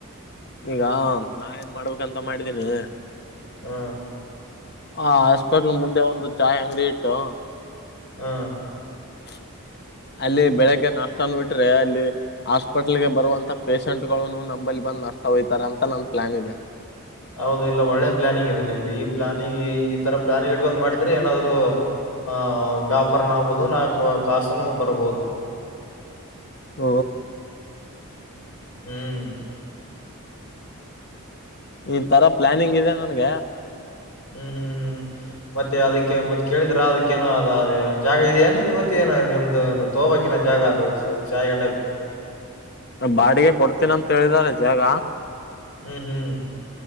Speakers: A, on the left; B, on the left.
A: ಈಗ ನಾ ಏನ್ ಮಾಡ್ಬೇಕಂತ ಮಾಡಿದ್ದೀನಿ
B: ಹಾ
A: ಹ ಅಸ್ಪೆಟ್ಲ್ ಮುಂದೆ ಒಂದು ಚಾಯ್ ಅಂಗಡಿ ಇಟ್ಟು
B: ಹಾ
A: ಹ್ಮ್ ಅಲ್ಲಿ ಬೆಳಗ್ಗೆ ನಷ್ಟನ ಬಿಟ್ರೆ ಅಲ್ಲಿ ಹಾಸ್ಪಿಟ್ಲ್ಗೆ ಬರುವಂತ ಪೇಶೆಂಟ್ ನು ನಂಬಲ್ಲಿ ಬಂದ್ ನಷ್ಟ ಹೋತಾರೆ ಅಂತ ನಂದು ಪ್ಲಾನ್ ಇದೆ
B: ಹೌದು ಇಲ್ಲ ಒಳ್ಳೆ ಪ್ಲಾನಿಂಗ ಇದೆ ನಿಮ್ದು ಈ ಪ್ಲಾನಿಂಗ್ ಈ ತರ ಪ್ಲಾನಿ ಗಿಟ್ಕೊಂಡ್ ಮಾಡಿದ್ರೆ ಏನಾದ್ರು ಆಹ್ ವ್ಯಾಪಾರ ಆಗ್ಬಹದು ನಾ ಕಾಸನು ಬರಬಹುದು
A: ಹ
B: ಹ್ಮ್
A: ಈ ತರ ಪ್ಲಾನಿಂಗ್ ಇದೆ ನನ್ಗ
B: ಹ್ಮ್ ಹ್ಮ್ ಹ್ಮ್ ಮತ್ತೆ ಅದಕ್ಕೆ ಮತ್ತ್ ಕೇಳಿದ್ರ ಅದಕ್ಕೇನ ಅದ ಅ ಜಾಗ ಇದೆಯಏನ್ ಮತ್ತೆ ಏನ ನಿಮ್ದು ತೋಬಕಿನ ಜಾಗ ಅದು ಚಾಯ್ ಅಡ್ಡಕ
A: ಬಾಡಿಗೆ ಕೊಡ್ತೀನ ಅಂತ ಹೇಳಿದಿದ್ದಾರೆ ಜಾಗ
B: ಹ್ಮ್ ಹ್ಮ್